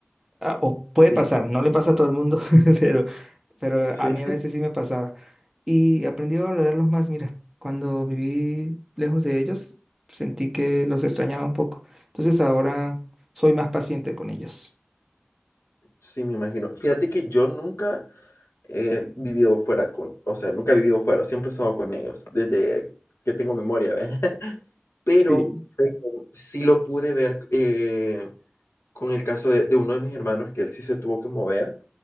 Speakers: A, in the centre; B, on the left.
A: Ah, o puede
B: sí,
A: pasar, no le pasa a todo el mundo, <laughs> pero, pero
B: sí,
A: a
B: <laughs>
A: mí a veces sí me pasaba. Y aprendí a valorarlos más, mira, cuando viví lejos de ellos, sentí que los extrañaba un poco. Entonces ahora soy más paciente con ellos.
B: sí, me imagino. Fíjate que yo nunca he vivido fuera con, o sea, nunca he vivido fuera, siempre he estado con ellos, desde que tengo memoria, ¿ves? <laughs> Pero
A: Sí.
B: sí lo pude ver eh, con el caso de, de uno de mis hermanos, que él sí se tuvo que mover,